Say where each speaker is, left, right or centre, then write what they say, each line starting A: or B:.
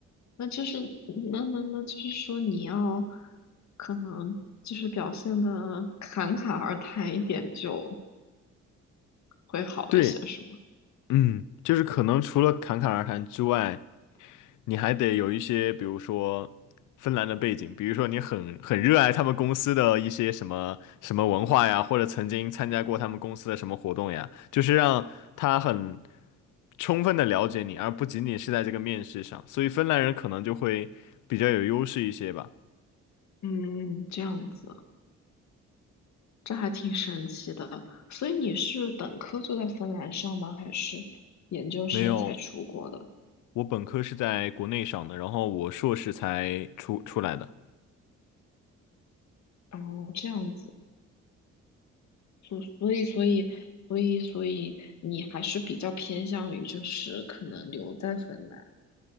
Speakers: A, on the left (about 65°); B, on the left (about 80°).
A: 那就是那那那就是说你要可能就是表现的侃侃而谈一点就会好一些，
B: 对，
A: 是吗？
B: 嗯，就是可能除了侃侃而谈之外，你还得有一些，比如说芬兰的背景，比如说你很很热爱他们公司的一些什么什么文化呀，或者曾经参加过他们公司的什么活动呀，就是让他很充分的了解你，而不仅仅是在这个面试上，所以芬兰人可能就会比较有优势一些吧。
A: 嗯，这样子。这还挺神奇的。所以你是本科就在芬兰上吗？还是研究生才出国的？
B: 没有，我本科是在国内上的，然后我硕士才出出来的。
A: 哦，这样子，所所以所以所以所以你还是比较偏向于就是可能留在芬兰。